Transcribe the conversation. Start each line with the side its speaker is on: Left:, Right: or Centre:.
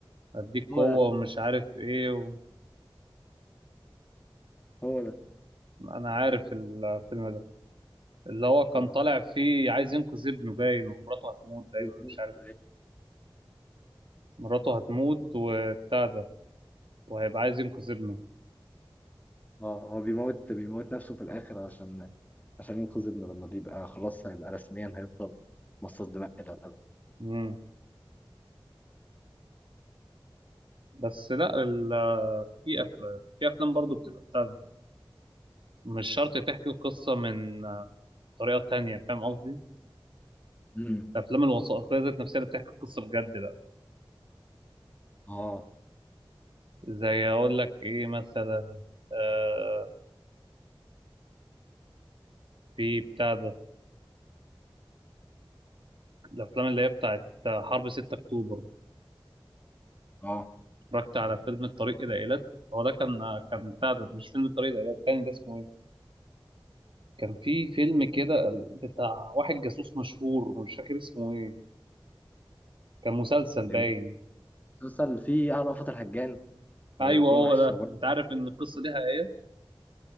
Right: هديك
Left: هو
Right: قوة
Left: ده
Right: ومش عارف ايه و...
Left: هو ده
Right: انا عارف الفيلم ده اللي هو كان
Left: آه.
Right: طالع فيه عايز ينقذ ابنه باين ومراته هتموت باين
Left: بالظبط
Right: ولا مش عارف مراته هتموت وبتاع ده وهيبقى عايز ينقذ ابنه
Left: اه هو بيموت بيموت نفسه في الاخر عشان عشان ينقذ ابنه لما بيبقى خلاص هيبقى رسميا هيفضل مصاص دماء الى الابد
Right: مم. بس لا ال... في أف... في افلام برضو بتبقى بتاع ده مش شرط تحكي القصة من آه، طريقة تانية فاهم قصدي
Left: امم
Right: الافلام الوثائقيه ذات نفسها اللي بتحكي القصه بجد بقى
Left: اه
Right: زي اقول لك ايه مثلا آه في بتاع ده الافلام اللي هي بتاعت حرب 6 اكتوبر
Left: اه
Right: اتفرجت على فيلم الطريق الى ايلات هو ده كان كان بتاع ده مش فيلم الطريق الى ايلات التاني ده اسمه ايه كان في فيلم كده بتاع واحد جاسوس مشهور مش فاكر اسمه ايه كان مسلسل
Left: يعني
Right: باين
Left: في مسلسل فيه اه رأفت الهجان وجمعة
Right: ايوه هو
Left: الشوال
Right: ده انت عارف ان القصه دي حقيقيه